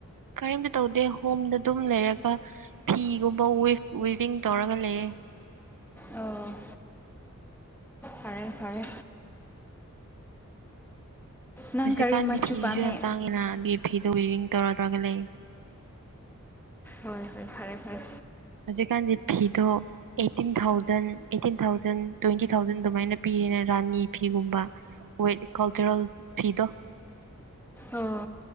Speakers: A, on the right (about 85°); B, in the centre.
A: ꯀꯔꯤꯝꯇ ꯇꯧꯗꯦ ꯍꯣꯝꯗ ꯑꯗꯨꯝ ꯂꯩꯔꯒ ꯐꯤꯒꯨꯝꯕꯋꯤꯐ ꯋꯤꯚꯤꯡ ꯇꯧꯔꯒ ꯂꯩꯑꯦ
B: ꯑꯣ ꯐꯔꯦ ꯐꯔꯦ ꯅꯪ
A: ꯍꯧꯖꯤꯛꯀꯥꯟꯗꯤ
B: ꯀꯔꯤ ꯃꯆꯨ
A: ꯐꯤꯁꯨ
B: ꯄꯥꯝꯃꯦ
A: ꯌꯥꯝ ꯇꯥꯡꯉꯤꯅ ꯑꯗꯨꯒꯤ ꯐꯤꯗꯨ ꯋꯤꯚꯤꯡ ꯇꯧꯔꯗ꯭ꯔꯒ ꯂꯩ
B: ꯍꯣꯏ ꯍꯣꯏ ꯐꯔꯦ ꯐꯔꯦ
A: ꯍꯧꯖꯤꯛꯀꯥꯟꯗꯤ ꯐꯤꯗꯣ eighteen thousand eighteen thousand twenty thousand ꯑꯗꯨꯃꯥꯏꯅ ꯄꯤꯔꯦꯅ ꯔꯥꯅꯤ ꯐꯤꯒꯨꯝꯕ ꯋꯠꯦ ꯀꯜꯆꯔꯦꯜ ꯐꯤꯗꯣ
B: ꯑꯣ